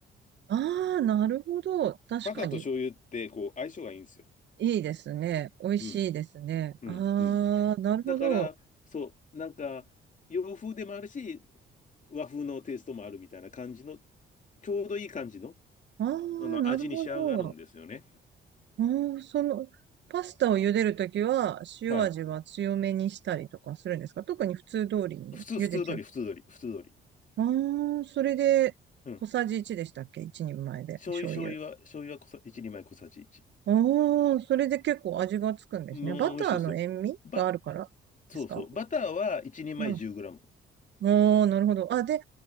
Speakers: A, on the right (about 65°); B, on the left (about 40°).
A: ああ、なるほど。確かに。
B: バターと醤油って、こう、相性がいいんですよ。
A: いいですね。美味しいですね。
B: うん、うん、
A: ああ、
B: うん。
A: なるほど。
B: だから、そう、なんか、洋風でもあるし、和風のテイストもあるみたいな感じの、ちょうどいい感じの、
A: ああ、
B: その味に仕上がるんですよね。
A: なるほど。ああ、その、パスタを茹でるときは、塩味は強めにしたりとかするんですか特に普通通りに茹でちゃう。
B: はい。普通、普通通り、普通通り、普通通り。
A: ああ、それで、
B: うん。
A: 小さじ1でしたっけ ?1 人前で、
B: 醤油、
A: 醤油。
B: 醤油は、醤油は小さ、一人前小さじ1。
A: ああ、それで結構味がつくんですね。
B: もう美味しいですよ。
A: バターの塩味があるからですか
B: ば、そうそう。バターは1人前1
A: うん。
B: 0ム
A: ああ、なるほど。あ、で、